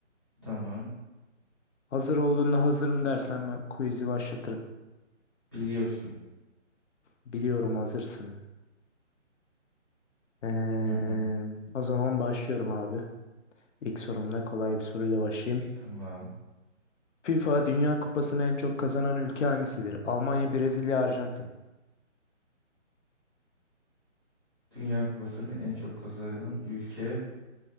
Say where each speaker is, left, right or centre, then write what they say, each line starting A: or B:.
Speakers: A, on the left (about 20°); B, on the left (about 70°).
A: <clears throat> Tamam.
B: Hazır olduğunda hazırım dersen ben quiz'i başlatırım.
A: Biliyorsun.
B: Biliyorum hazırsın. Ee,
A: Hı hı,
B: o zaman başlıyorum abi. İlk sorumla kolay bir soruyla başlayayım.
A: tamam.
B: FIFA Dünya Kupası'nı en çok kazanan ülke hangisidir? Almanya, Brezilya, Arjantin.
A: Dünya Kupası'nı en çok kazanan ülke